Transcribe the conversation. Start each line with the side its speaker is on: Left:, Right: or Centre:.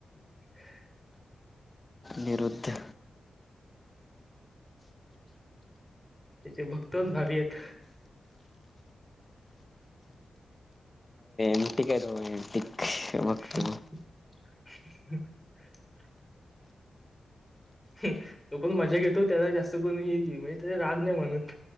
Centre: <unintelligible>
Left: निरुद्ध
Centre: त्याचे भक्तण भारी आहेत.
Left: <unintelligible>
Centre: <inaudible>
Left: बघतो
Centre: तो पण मजा घेतो त्याजा जास्त कोण हे म्हणजे, त्या राग नाही म्हणत.